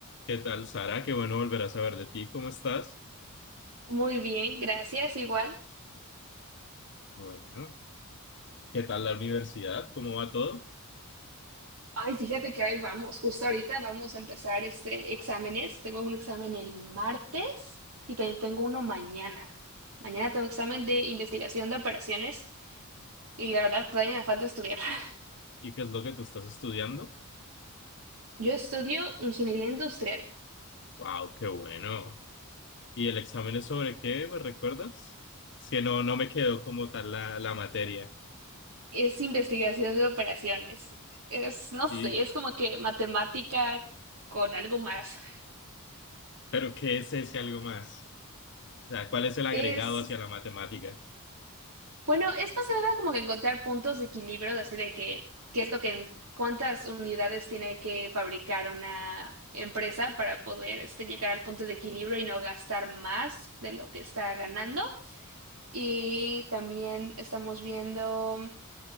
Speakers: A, on the left (about 55°); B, on the right (about 75°).
A: ¿Qué tal, Sara? Qué bueno volver a saber de ti. ¿Cómo estás?
B: Muy bien, gracias, igual.
A: Bueno. ¿Qué tal la universidad? ¿Cómo va todo?
B: Ay, fíjate que ahí vamos, justo ahorita vamos a empezar este exámenes. Tengo un examen el martes y también tengo uno mañana. Mañana tengo examen de investigación de operaciones y la verdad todavía me falta estudiar. <laughs>
A: ¿Y qué es lo que tú estás estudiando?
B: Yo estudio ingeniería industrial.
A: ¡Wow! ¡Qué bueno! ¿Y el examen es sobre qué? ¿Me recuerdas? Es que no, no me quedó como tal la, la materia.
B: Es investigación de operaciones. Es, no
A: Y,
B: sé, es como que matemática con algo más.
A: ¿pero qué es ese algo más? O sea, ¿cuál es el agregado
B: Es
A: hacia la matemática?
B: Bueno, es más que nada como que encontrar puntos de equilibrio, de así de que, qué es lo que, cuántas unidades tiene que fabricar una empresa para poder este, llegar al punto de equilibrio y no gastar más de lo que está ganando. Y también estamos viendo